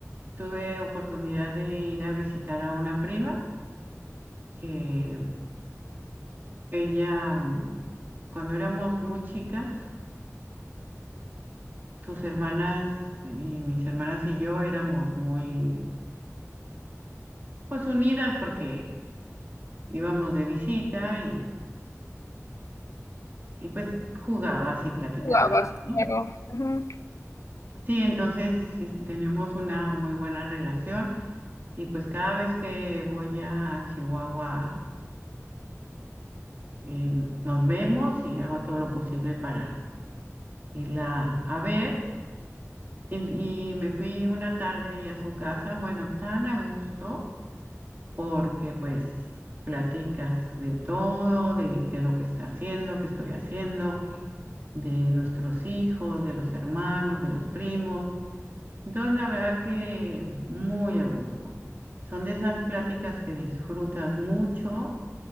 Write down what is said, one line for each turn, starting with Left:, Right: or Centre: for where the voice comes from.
Right: tuve oportunidad de ir a visitar a una prima que ella, mm, cuando éramos muy chicas, sus hermanas y mis hermanas y yo éramos muy, pues unidas porque íbamos de visita y, y pues jugabas y platicabas,
Left: Jugabas,
Right: ¿no?
Left: claro. Ujú,
Right: Sí, entonces sí, tenemos una muy buena relación y pues cada vez que voy a Chihuahua eh, nos vemos y hago todo lo posible para irla a ver. Y, y me fui una tarde ahí a su casa, bueno, tan a gusto. porque pues platicas de todo, de qué es lo que está haciendo, qué estoy haciendo, de nuestros hijos, de los hermanos, de los primos. Entonces, la verdad que muy a gusto. Son de esas pláticas que disfrutas mucho,